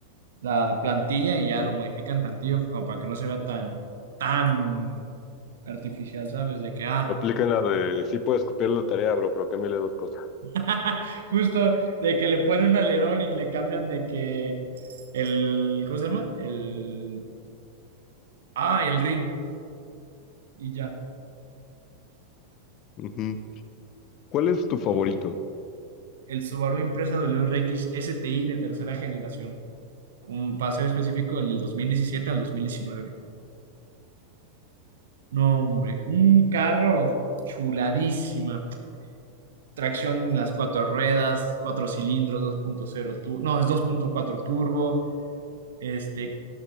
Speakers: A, on the right (about 60°); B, on the left (about 35°).
A: la plantilla y ya lo modifican tantillo pues, como para que no se vea tan, tan artificial, ¿sabes? De que, ah,
B: Me aplican la de, sí puedes copiar la tarea, bro, pero cámbiale dos cosas.
A: <laughs> justo de que le ponen un alerón y le cambian de que el, ¿cómo se llama? El, ah, el RIN. Y ya,
B: Ujú. ¿Cuál es tu favorito?
A: el Subaru Impreza del RX STI de tercera generación. Un paseo específico, el del 2017 al 2019. No, hombre, un carro chuladísima. Tracción en las cuatro ruedas, cuatro cilindros, dos punto cero turbo, no, es dos punto cuatro turbo, este,